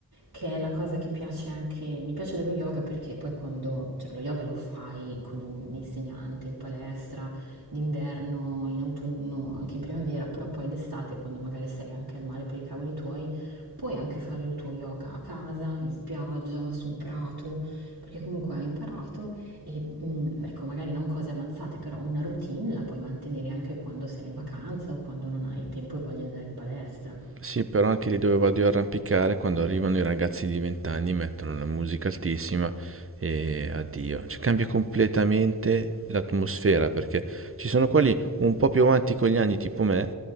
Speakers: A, on the right; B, on the right.
A: che è la cosa che piace anche, mi piace dello yoga perché poi quando, cioè lo yoga lo fai con un insegnante in palestra, d'inverno, in autunno, anche in primavera, però poi d'estate quando magari sei anche al mare per i cavoli tuoi, puoi anche fare il tuo yoga a casa, in spiaggia, su un prato, perché comunque hai imparato e mm, ecco, magari non cose avanzate, però una routine la puoi mantenere anche quando sei in vacanza o quando non hai tempo e voglia di andare in palestra.
B: Sì, però anche lì dove vado io a arrampicare, quando arrivano i ragazzi di 20 anni mettono una musica altissima e addio. Cioè cambia completamente l'atmosfera perché ci sono quelli un po' più avanti con gli anni, tipo me